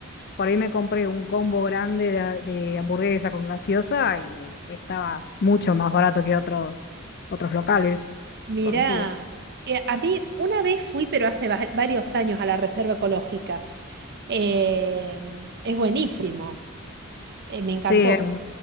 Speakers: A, on the left; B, on the right.
A: por ahí me compré un combo grande de, de hamburguesa con gaseosa y estaba mucho más barato que otros, otros locales
B: mira,
A: conocidos.
B: eh, a mí una vez fui, pero hace va- varios años, a la Reserva Ecológica. Eh, es buenísimo, eh, me encantó.
A: Sí, em,